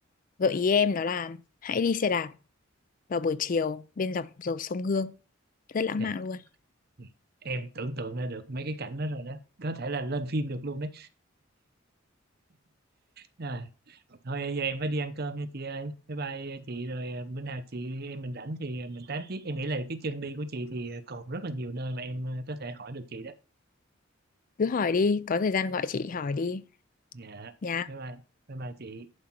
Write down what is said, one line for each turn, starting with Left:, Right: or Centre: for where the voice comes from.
Left: Gợi ý em đó là hãy đi xe đạp vào buổi chiều bên dọc dòng sông Hương, rất lãng
Right: dạ
Left: mạn luôn.
Right: dạ. em tưởng tượng ra được mấy cái cảnh đó rồi đó có thể là lên phim được luôn đấy À, thôi giờ em phải đi ăn cơm nha chị ơi bye bye à, chị rồi à, bữa nào chị em mình rảnh thì à, mình tám tiếp em nghĩ là cái chân đi của chị thì à, còn rất là nhiều nơi mà em à, có thể hỏi được chị đó
Left: Cứ hỏi đi, có thời gian gọi chị hỏi đi.
Right: dạ
Left: Nhà
Right: bye bye bye bye chị